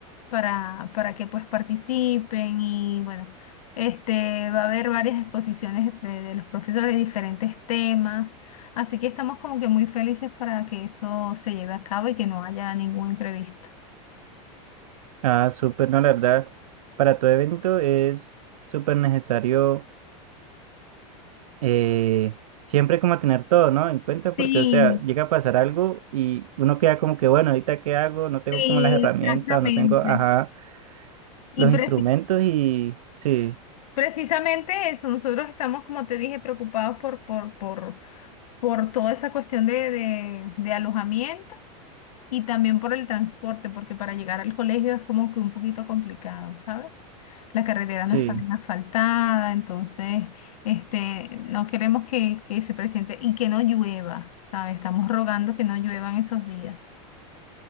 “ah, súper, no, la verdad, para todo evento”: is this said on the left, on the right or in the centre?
Right